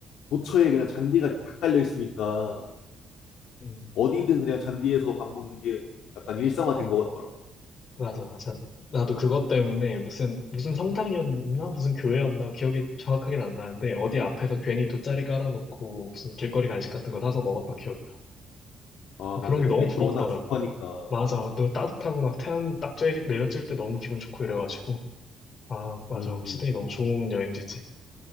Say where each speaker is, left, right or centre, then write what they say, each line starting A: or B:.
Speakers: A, on the left (about 80°); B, on the left (about 50°).
A: 도처에 그냥 잔디가 다 깔려 있으니까
B: 음,
A: 어디든 그냥 잔디에서 밥 먹는 게 약간 일상화된 것 같더라고.
B: 맞아, 맞아. 나도 그것 때문에 무슨, 무슨 성당이었나? 무슨 교회였나? 기억이 정확하긴 안 나는데, 어디 앞에서 괜히 돗자리 깔아놓고 무슨 길거리 간식 같은 거 사서 먹었던 기억이 나.
A: 아,
B: 그런
A: 맞아.
B: 게
A: 햇빛도
B: 너무 부럽더라고.
A: 워낙 좋고 하니까.
B: 맞아. 너 따뜻하고 막 태양 딱 쬐- 내려질 때 너무 기분 좋고 이래가지고. 아, 맞아.
A: 음,
B: 시드니 너무 좋은 여행지지.